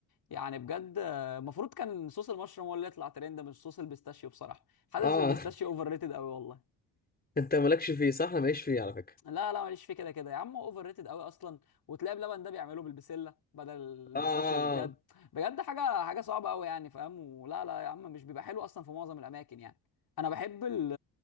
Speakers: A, on the left (about 50°); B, on the left (about 20°).
A: يعني بجد آه، المفروض كان صوص المشروم هو اللي يطلع ترند مش صوص البيستاشيو بصراحه حاسس
B: اه
A: البيستاشيو
B: <laughs>
A: اوفر ريتد قوي والله
B: انت مالكش فيه صح انا ماليش فيه على فكرة
A: لا لا ماليش فيه كده كده يا عم هو اوفر ريتد قوي اصلا وتلاقي بلبن ده بيعملوه بالبسله بدل البيستاشيو
B: اه آه،
A: اللي بجد
B: آه.
A: بجد حاجه حاجه صعبه قوي يعني فاهم ولا لا يا عم مش بيبقى حلو اصلا في معظم الاماكن يعني انا بحب ال